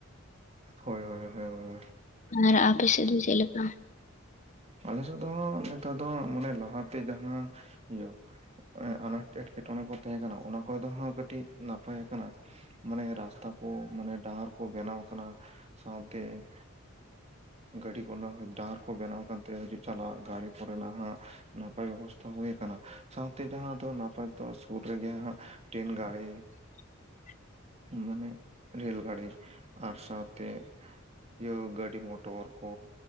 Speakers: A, on the right; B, on the left.
A: ᱦᱳᱭ ᱦᱳᱭ ᱦᱳᱭ ᱦᱳᱭ
B: ᱟᱨ ᱟᱯᱮᱥᱮᱪ ᱫᱚ ᱪᱮᱫ ᱞᱮᱠᱟ?
A: ᱟᱞᱮᱥᱮᱫ ᱫᱚ ᱦᱟᱜ ᱱᱮᱛᱟᱨ ᱫᱚ ᱢᱟᱱᱮ ᱞᱟᱦᱟ ᱛᱮ ᱡᱟᱦᱟᱸ ᱤᱭᱟᱹ ᱟᱱᱟᱴ ᱮᱸᱴᱠᱮ ᱴᱚᱬᱮ ᱠᱚ ᱛᱟᱦᱮᱸ ᱠᱟᱱᱟ ᱚᱱᱟ ᱠᱚᱫᱚ ᱠᱟᱹᱴᱤᱡ ᱱᱟᱯᱟᱭ ᱟᱠᱟᱱᱟ ᱢᱟᱱᱮ ᱨᱟᱥᱛᱟ ᱠᱚ ᱢᱟᱱᱮ ᱰᱟᱦᱟᱨ ᱠᱚ ᱵᱮᱱᱟᱣ ᱟᱠᱟᱱᱟ ᱥᱟᱶᱛᱮ ᱜᱟᱹᱰᱤ ᱠᱚᱨᱮᱱᱟᱜ ᱰᱟᱦᱟᱨ ᱠᱚ ᱵᱮᱱᱟᱣ ᱟᱠᱟᱱᱛᱮ ᱦᱤᱡᱩᱜ ᱪᱟᱞᱟᱜ ᱫᱟᱨᱤ ᱠᱚᱨᱮᱱᱟᱜ ᱦᱟᱸᱜ ᱱᱟᱯᱟᱭ ᱵᱮᱵᱚᱥᱛᱷᱟ ᱦᱩᱭ ᱟᱠᱟᱱᱟ ᱥᱟᱶᱛᱮ ᱡᱟᱦᱟᱸ ᱫᱚ ᱱᱟᱯᱟᱭ ᱫᱚ ᱥᱩᱨ ᱨᱮᱜᱮ ᱦᱟᱸᱜ ᱴᱨᱮᱱ ᱜᱟᱲᱤ
B: <inaudible>
A: ᱢᱟᱱᱮ ᱨᱮᱹᱞ ᱜᱟᱹᱲᱤ ᱟᱨ ᱥᱟᱶᱛᱮ ᱤᱭᱟᱹ ᱜᱟᱹᱰᱤ ᱢᱚᱴᱚᱨ ᱠᱚ